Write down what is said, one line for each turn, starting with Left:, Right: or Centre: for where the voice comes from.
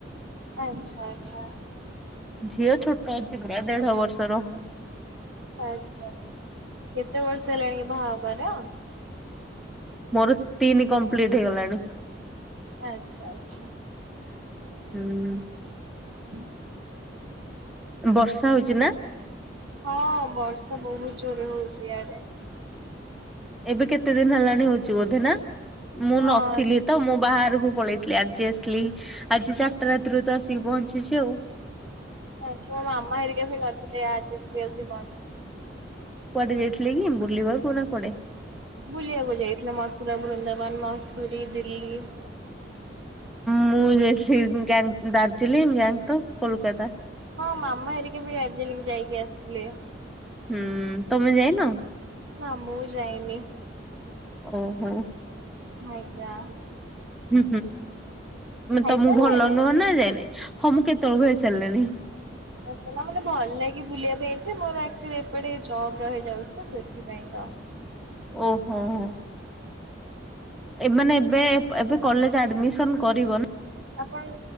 Right: ଆଛା ଆଚ୍ଛା।
Centre: ଝିଅ ଛୋଟ ଅଛି ପୁରା ଦେଢ ବର୍ଷର।
Right: ଆଚ୍ଛା କେତେ ବର୍ଷ ହେଲାଣି କି ବାହା ହେବାର?
Centre: ମୋର ତିନି କମ୍ପ୍ଲିଟ ହେଇଗଲାଣି।
Right: ଆଚ୍ଛା ଆଚ୍ଛା।
Centre: ହୁଁ।
Right: <inaudible>
Centre: ବର୍ଷା ହଉଛି ନା?
Right: ହଁ ବର୍ଷା ବହୁତ ଜୋର ହଉଛି ଇଆଡେ।
Centre: ଏବେ କେତେ ଦିନ ହେଲାଣି ହଉଛି ବୋଧେନା? ମୁଁ
Right: ହଁ।
Centre: ନଥିଲି। ତ ମୁଁ ବାହାରକୁ ପଳେଇଥିଲି ଆଜି ଆସିଲି। ଆଜି ଚାରିଟା ରାତିରୁ ତ ଆସିକି ପହଞ୍ଚିଛି ଆଉ।
Right: ଆ ମୋ ମାମା ହେରିକା ବି ନଥିଲେ ଆଜି ସ ଆସି ପହଞ୍ଚ
Centre: କୁଆଡେ ଯାଇଥିଲେ କି ବୁଲିବାକୁ ନା କୁଆଡ଼େ?
Right: ବୁଲିବାକୁ ଯାଇଥିଲେ ମଥୁରା, ବୃନ୍ଦାବନ, ମସୁରୀ, ଦିଲ୍ଲୀ।
Centre: ମୁଁ ଯାଇଥିଲି ଦାର୍ଜିଲିଂ, ଗଙ୍ଗଟକ୍, କୋଲକାତା।
Right: ହଁ ମାମା ହେରିକି ବି ଡାର୍ଜିଲିଂ ଯାଇକି ଆସିଥିଲେ।
Centre: ହୁଁ ତମେ ଯାଇନ?
Right: ନା ମୁଁ ଯାଇନି।
Centre: ଓହୋ।
Right: <unintelligible>
Centre: ହୁଁ ହୁଁ
Right: ଖାଇସାରିଲେଣି?
Centre: ତମକୁ ଭଲ ନୁହଁ ନା ଯାଇନ ହଁ ମୁଁ କେତେବେଳକୁ ହେଇ ସାରିଲିଣି।
Right: ଆଛା ନା ମତେ ଭଲ ଲାଗି ବୁଲିବା ପାଇ ଯେ ମୋର ଆକଚୁଆଲି ଏପଟେ ଜବ ରହିଯାଉଛି ସେଥିପାଇଁ ତ
Centre: ଓହୋ ହୋ। ଏମାନେ ଏବେ ଏବେ କଲେଜ ଆଡମିସନ କରିବ ନା
Right: ଆପଣ